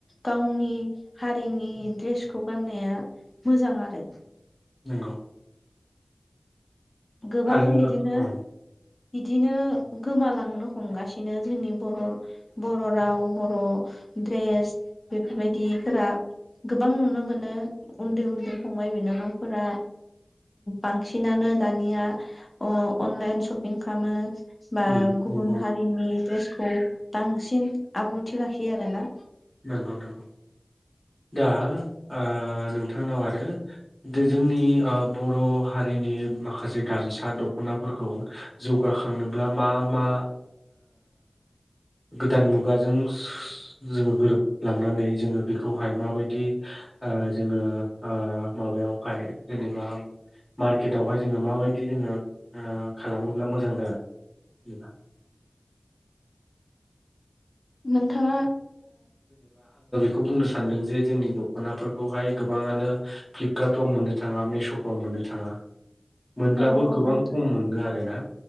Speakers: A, on the left; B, in the centre.
A: गावनि हारिनि दड्रेसखौ गाननाया मोजां आरो
B: नंगौ
A: गोबां
B: आरो
A: बिदिनो
B: उम
A: बिदिनो गोमालांनो हमगासिनो जोंनि बर' बर' राव बर' द्रेस बेफोरबायदिफोरा गोबां नुनो मोनो उन्दै उन्दै फंबाय बिनानावफोरा बांसिनानो दानिया अनलाइन सपिं खालामो बा
B: उम
A: गुबुन
B: नंगौ
A: हारिनि द्रेसखौ बांसिन आब्रुथि लाखियो आरोना।
B: नंगौ नंगौ दा ओ नोंथांनाव आरो जोंनि ओ बर' हारि जोंनि माखासे गामसा दख'नाफोरखौ जौगाखांनोब्ला मा मा
A: <unintelligible>
B: गोदान मुगाजों जोङो गोरोबलांनानै जोङो बेखौहाय माबायदि ओ जोङो ओ माबायावहाय जेनेबा मार्केटावहाय जोङो माबायदि जोङो खालामोब्ला मोजां जागोन
A: नोंथाङा
B: खौ बुंनो सानदों जे जोंनि दख'नाफोरखौहाय गोबांङानो फ्लिपकार्टाव मोननो थाङा मिश' फ्राव मोन नो थांङा
A: <inaudible>
B: मोनब्लाबो
A: औ औ
B: गोबां
A: नोंथां
B: खम मोनो आरोना